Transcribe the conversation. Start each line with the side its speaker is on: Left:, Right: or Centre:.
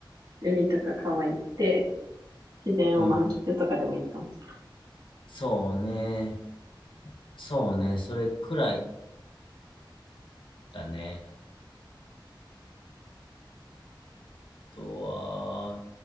Right: 海とか川行って、自然を満喫とかでもいいかもし
Left: うん。そうね。そうね。それくらいだね。あとは、